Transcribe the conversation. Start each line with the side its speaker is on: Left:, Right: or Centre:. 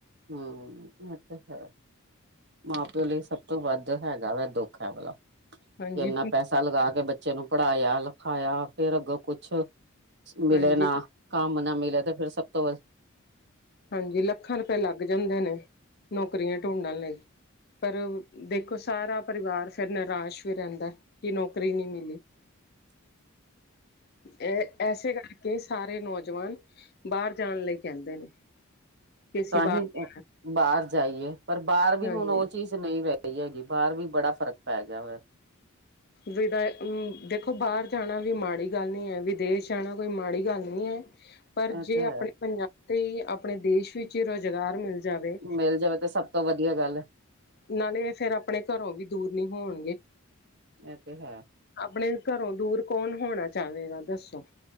Right: ਹਮ ਇਹ ਤੇ ਹੈ। ਮਾਂ-ਪਿਓ ਲਈ ਸਭ ਤੋਂ ਵੱਧ ਹੈਗਾ ਵੈ ਦੁੱਖ। ਏ ਵਾਲਾ ਕਿ
Left: ਹਾਂਜੀ
Right: ਇੰਨਾ ਪੈਸਾ ਪੈਆ ਲਗਾ ਕੇ ਬੱਚੇ ਨੂੰ ਪੜਾਯਾ -ਲਖਾਯਾ ਫੇਰ ਅੱਗੋਂ ਕੁਛ ਮਿਲੇ
Left: ਹਾਂਜੀ
Right: ਨਾ ਕੰਮ ਨਾ ਮਿਲੇ ਤੇ ਫੇਰ ਸਭ ਤੋਂ ਵੱਧ
Left: ਹਾਂਜੀ। ਲੱਖਾਂ ਰੁਪਏ ਲੱਗ ਜਾਂਦੇ ਨੇ ਨੌਕਰੀਯਾਂ ਢੂੰਢਣ ਲਈ। ਪਰ ਦੇਖੋ ਸਾਰਾ ਪਰਿਵਾਰ ਫੇਰ ਨਿਰਾਸ਼ ਵੀ ਰਹੰਦਾ। ਕਿ ਨੌਕਰੀ ਨੀ ਮਿਲੀ ਇਹ ਏਸੇ ਕਰਕੇ ਸਾਰੇ ਨੌਜਵਾਨ ਬਾਰ ਜਾਣ ਲਈ ਕਹਿੰਦੇ ਨੇ। ਕਿ ਅਸੀਂ
Right: ਤਾਂ
Left: ਬਾਹਰ
Right: ਹੀ
Left: ਜਾਣਾ
Right: ਬਾਹਰ ਜਾਈਏ, ਪਰ ਬਾਹਰ ਵੀ
Left: ਹਾਂਜੀ
Right: ਹੁਣ ਉਹ ਚੀਜ਼ ਨਹੀਂ ਰਹਿ ਰਹੀ ਹੈਗੀ, ਬਾਹਰ ਵੀ ਬੜਾ ਫ਼ਰਕ ਪੈ ਗਿਆ ਵੈ।
Left: ਵਿਦਾ ਦੇਖੋ ਬਾਹਰ ਜਾਣਾ ਵੀ, ਮਾੜੀ ਗੱਲ ਨਹੀਂ ਹੈ। ਵਿਦੇਸ਼ ਜਾਣਾ, ਕੋਈ ਮਾੜੀ ਗੱਲ ਨਹੀਂ ਹੈ। ਪਰ
Right: ਇਹ
Left: ਜੇ
Right: ਤੇ
Left: ਆਪਣੇ
Right: ਹੈ
Left: ਪੰਜਾਬ, ਤੇ ਆਪਣੇ ਦੇਸ਼ ਵਿੱਚ ਰੁਜ਼ਗਾਰ ਮਿਲ ਜਾਵੇ
Right: ਮਿਲ ਜਾਵੇ ਤੇ, ਸਭ ਤੋਂ ਵਧੀਆ ਗੱਲ ਐ।
Left: ਨਾਲੇ ਇਹ ਫੇਰ, ਆਪਣੇ ਘਰੋਂ ਵੀ ਦੂਰ ਨੀ ਹੋਣਗੇ।
Right: ਇਹ ਤੇ ਹੈ।
Left: ਆਪਣੇ ਘਰੋਂ ਦੂਰ, ਕੌਣ ਹੋਣਾ ਚਾਹਵੇਗਾ ਦੱਸੋ।